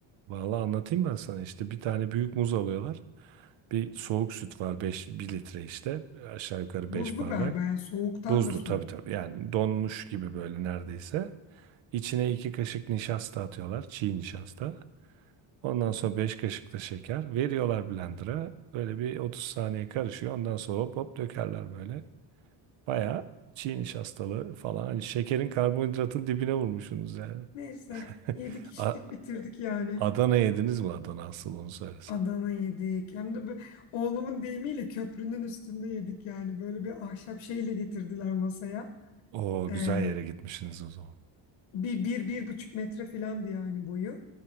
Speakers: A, on the right; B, on the left.
A: Vallahi anlatayım ben sana işte bir tane büyük muz alıyorlar. Bir soğuk süt var beş bir litre işte aşağı yukarı
B: Buzlu
A: 5 bardak.
B: galiba yani soğuktan
A: Buzlu
B: da soğuk.
A: tabii tabii yani donmuş gibi böyle neredeyse. İçine 2 kaşık nişasta atıyorlar çiğ nişasta. Ondan sonra 5 kaşık da şeker veriyorlar blender'a. Böyle bir 30 saniye karışıyor ondan sonra hop hop dökerler böyle. Baya çiğ nişastalı falan hani şekerin karbonhidratın dibine vurmuşsunuz yani.
B: Neyse
A: <laughs>
B: yedik içtik
A: A-
B: bitirdik yani.
A: Adana yediniz mi Adana asıl onu söylesen.
B: Adana yedik. Hem de bu oğlumun deyimiyle köprünün üstünde yedik yani. Böyle bir ahşap şeyle getirdiler masaya.
A: O
B: Ee,
A: güzel yere gitmişsiniz o zaman.
B: bir, bir, bir buçuk metre filandı yani boyu.